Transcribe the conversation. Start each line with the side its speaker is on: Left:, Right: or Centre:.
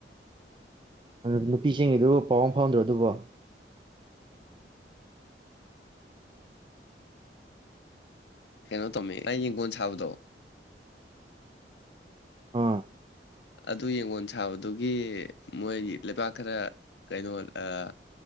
Right: ꯑ ꯅꯨꯄꯤꯆꯦꯟꯒꯤꯕꯗꯨꯕꯨ ꯄꯥꯎ ꯑꯝ ꯐꯥꯎꯅꯗ꯭ꯔꯣ ꯑꯗꯨꯕꫭ
Left: ꯀꯩꯅꯣ ꯇꯝꯃꯦ ꯑꯩ ꯌꯦꯡꯒꯣꯟ ꯁꯥꯕꯗꯣ
Right: ꯑꯥ
Left: ꯑꯗꯨ ꯌꯦꯡꯉꯣꯟ ꯁꯥꯕꯗꯨꯒꯤ ꯃꯣꯏꯒꯤ ꯂꯩꯕꯥꯛ ꯈꯔ ꯀꯩꯅꯣ ꯑꯥ